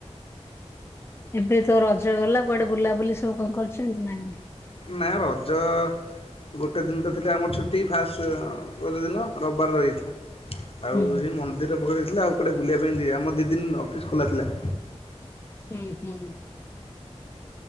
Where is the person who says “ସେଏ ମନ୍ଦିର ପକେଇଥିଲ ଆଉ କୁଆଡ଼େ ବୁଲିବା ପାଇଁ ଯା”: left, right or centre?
Left